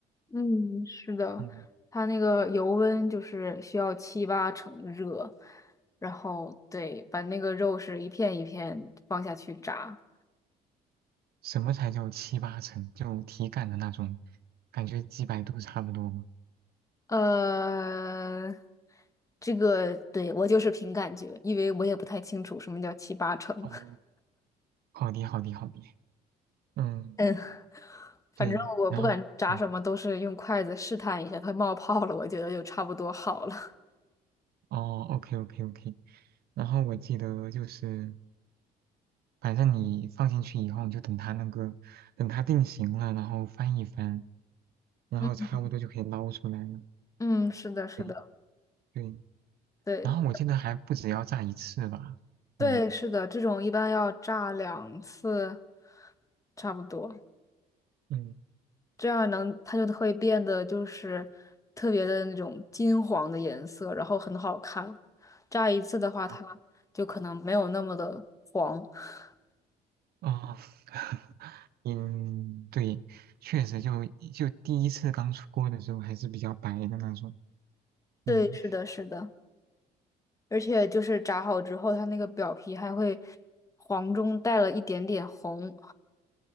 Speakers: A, on the left; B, on the right.
A: 嗯，是的，
B: 嗯，
A: 它那个油温就是需要七八成热，然后对，把那个肉是一片一片放下去炸。
B: 什么才叫七八成？就体感的那种，感觉几百度差不多嘛。
A: 呃，这个对我就是凭感觉，因为我也不太清楚什么叫七八成。
B: 哦，
A: <laughs>
B: 好的好的好的。嗯，
A: 嗯，反正我不管炸什么，
B: 对，然后。对
A: 都是用筷子试探一下，它冒泡了，我觉得就差不多好了。
B: 哦，OK OK OK，然后我记得就是，反正你放进去以后，你就等它那个，等它定型了，然后翻一翻，然后差不多就可以捞出来了。
A: <laughs> 嗯嗯，是的，是的，
B: 对对，
A: 对
B: 然后我记得还不止要炸一次吧？
A: 对，
B: 嗯
A: 是的，这种一般要炸两次，差不多。
B: 嗯
A: 这样能它就会变得就是特别的那种金黄的颜色，然后很好看。炸一次的话，
B: 啊
A: 它就可能没有那么的黄。<laughs>
B: 哦，<laughs> 嗯，对，确实就就第一次刚出锅的时候还是比较白的那种。
A: 对，
B: 嗯，
A: 是的，是的，而且就是炸好之后，它那个表皮还会黄中带了一点点红。